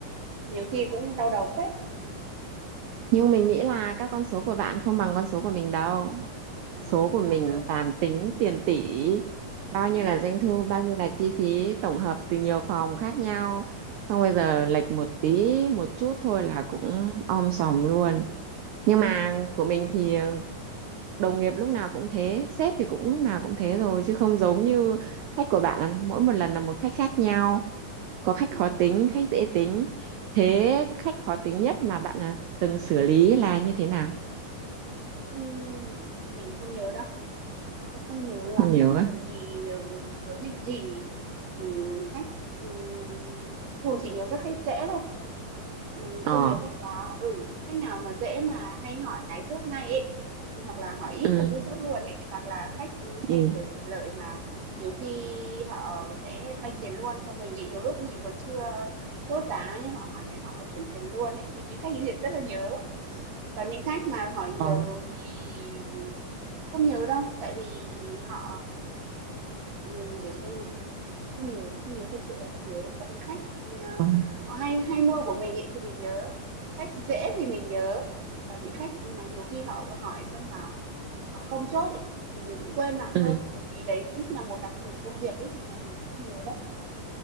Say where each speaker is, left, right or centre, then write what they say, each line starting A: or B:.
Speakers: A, on the right; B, on the right.
A: nhiều khi cũng đau đầu phết.
B: nhưng mình nghĩ là các con số của bạn không bằng con số của mình đâu.
A: Ừ,
B: Số
A: chắc
B: của mình
A: chắn rồi.
B: toàn tính tiền tỷ, bao nhiêu
A: Thế á?
B: là doanh thu, bao nhiêu là chi phí tổng hợp từ nhiều phòng khác nhau. Xong
A: Ừm,
B: bây giờ lệch một tí, một chút thôi là cũng om sòm luôn. Nhưng
A: thế
B: mà
A: á?
B: của mình thì đồng nghiệp lúc nào cũng thế sếp thì cũng lúc nào cũng thế rồi chứ không giống như khách của bạn mỗi một lần là một khách khác nhau có khách
A: Ừm,
B: khó tính khách dễ tính thế
A: đúng, đúng.
B: khách khó tính nhất mà bạn là từng xử lý là như thế nào
A: Ừm, mình không nhớ đâu, không không nhớ lắm,
B: không nhiều á
A: bởi vì, ừm, với mình thì, ừm, khách, ừm, thường chỉ nhớ các khách dễ thôi. Ừm, không
B: ờ
A: nhiều khách khó, ừ, khách nào mà dễ mà hay hỏi cái chốt ngay ấy, hoặc là hỏi ít
B: ừ
A: xong cứ chốt luôn ấy, hoặc là khách hay,
B: ừ
A: kiểu, sở lợi mà nhiều khi họ sẽ banh tiền luôn cho mình ấy, nhiều lúc mình còn chưa chốt giá nhá, họ hỏi cái họ chuyển tiền luôn ấy, thì những khách ấy thì rất là nhớ. Còn những khách mà hỏi nhiều
B: Ờ.
A: thì, ừ, không nhớ đâu, tại vì họ ừm, để xem nào. Không nhớ, không nhớ, thật sự là không nhớ. Có những khách, ờ,
B: Ờ.
A: họ hay hay mua của mình ấy thì mình nhớ, khách dễ thì mình nhớ, còn những khách mà nhiều khi họ hỏi xong là họ không chốt ấy thì mình cũng quên lại
B: ừ
A: thôi, bởi vì đấy cũng là một đặc thù công việc ấy nên là mình cũng không nhớ đâu.